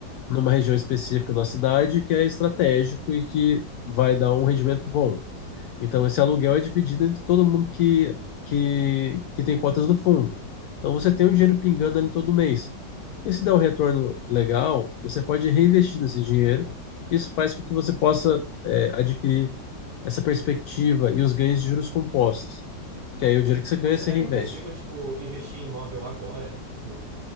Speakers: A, on the left; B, on the right.
A: numa região específica da cidade que é estratégico e que vai dar um rendimento bom. Então, esse aluguel é dividido entre todo mundo que, que, que tem cotas do fundo. Então, você tem o dinheiro pingando ali todo mês. E se der um retorno legal, você pode reinvestir nesse dinheiro. Isso faz com que você possa, é, adquirir essa perspectiva e os ganhos de juros compostos. Porque aí o dinheiro que você ganha,
B: Mas será
A: você reinveste.
B: que eu consigo, tipo, investir em imóvel agora? Tipo.